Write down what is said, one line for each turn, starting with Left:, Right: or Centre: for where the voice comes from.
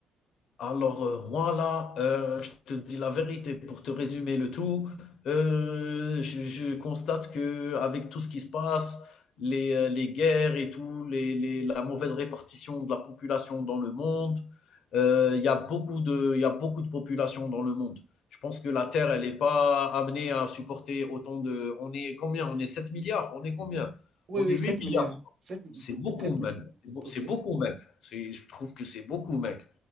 Left: Alors, euh, moi, là, euh, je te dis la vérité pour te résumer le tout. Euh, je, je constate que avec tout ce qui se passe, les, euh, les guerres et tout, les, les- la mauvaise répartition de la population dans le monde, euh, il y a beaucoup de, il y a beaucoup de population dans le monde. Je pense que la Terre, elle n'est pas amenée à supporter autant de. On est combien? On est 7 milliards? On est combien?
Right: Oui,
Left: On
Right: oui,
Left: est 8
Right: 7
Left: milliards.
Right: milliards. sept,
Left: C'est beaucoup,
Right: sept milliards.
Left: mec. C'est beau-
Right: OK.
Left: c'est beaucoup, mec. C'est- Je trouve que c'est beaucoup, mec.